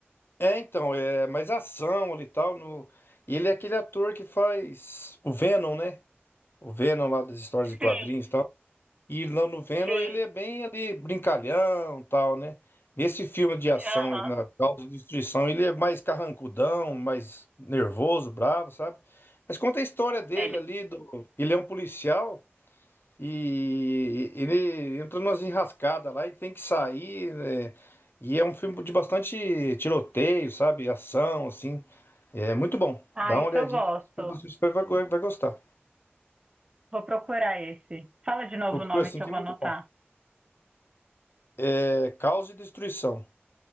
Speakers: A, on the left (about 60°); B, on the right (about 20°).
A: É, então, é mais ação ali e tal. No... E ele é aquele ator que faz o Venom, né? O Venom lá das histórias de quadrinhos
B: Sim,
A: e tal. E lá no Venom
B: sim.
A: ele é bem ali brincalhão e tal, né? Nesse filme de ação,
B: Aham.
A: na Causa de Destruição, ele é mais carrancudão, mais nervoso, bravo, sabe? Mas conta a história dele
B: Ele.
A: ali, do... ele é um policial. E ele entra numas enrascadas lá e tem que sair, né? E é um filme de bastante tiroteio, sabe? Ação, assim. É muito bom.
B: Ah,
A: Dá uma
B: isso
A: olhadinha,
B: eu gosto.
A: você vai, vai vai gostar.
B: Vou procurar esse. Fala de novo
A: Procura
B: o nome
A: assim
B: que
A: que
B: eu vou
A: é muito
B: anotar.
A: bom. É Caos e Destruição.